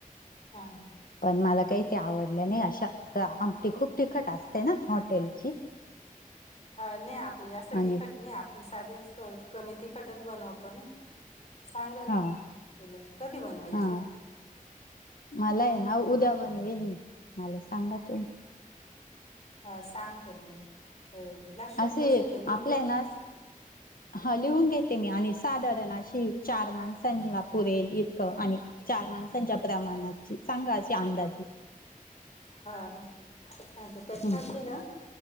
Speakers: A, on the left; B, on the left.
A: हां हां
B: पण मला काही ते आवडलं नाही अशा. तर आमटी खूप तिखट असते ना हॉटेलची.
A: हा नाही आपली जास्त
B: आणि
A: तिखट नाही आपण साधीच कमी तिखटच बनवतो ना, सांगाल
B: हा
A: ना तुला कधी बनवायची
B: हा
A: आहे.
B: मला आहे नाव उदा्या बनवेल मी मला सांगा तु.
A: हा सांगते मग लक्षात
B: असे
A: ठेवशील का लिहून
B: आपल्या
A: घेते.
B: आहे ना हा लिहून घेते मी आणि साधारण अशी चार माणसां ला. पुरेल इतकं आणि चार माणसांच्या प्रमाणची सांगा. अंदाजे
A: हा तरछास
B: हं,
A: ना.